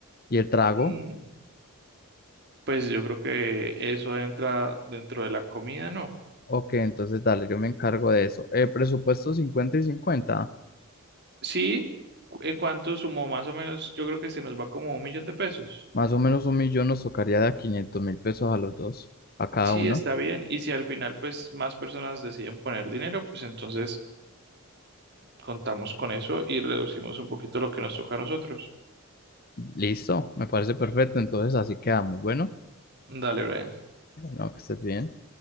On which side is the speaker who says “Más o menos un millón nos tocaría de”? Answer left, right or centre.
Left